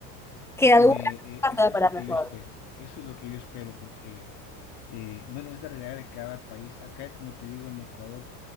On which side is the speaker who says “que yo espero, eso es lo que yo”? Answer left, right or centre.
Left